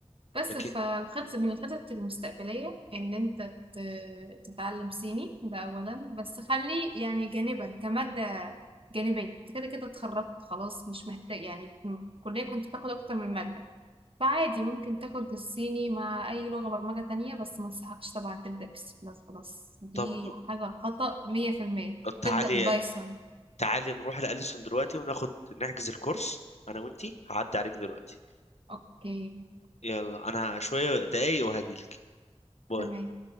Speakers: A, on the right (about 55°); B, on the left (about 85°).
A: بس
B: لكن
A: فالخطط من الخطط المستقبلية ان انت ت- تتعلم صيني ده اولا بس خلي يعني جانبا كمادة جانبية انت كده كده اتخرجت خلاص مش محتاج يعني في الكلية كنت بتاخد اكتر من مادة فعادي ممكن تاخد الصيني مع اي لغة برمجة تانية بس ما انصحكش طبعا تبدأ بسي بلس بلس دي
B: طب
A: حاجة خطأ مية في المية
B: تعالي
A: تبدأ بايثون
B: تعالي نروح لأليسون دلوقتي وناخد نحجز الكورس انا وانتي هعدي عليك دلوقتي
A: اوكي
B: يلا انا شوية دقايق وهجيلك باي
A: تمام